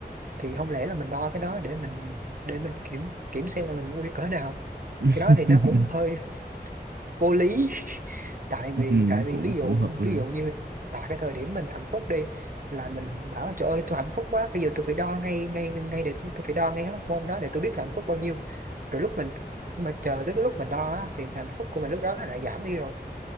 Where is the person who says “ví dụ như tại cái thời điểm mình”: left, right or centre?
Right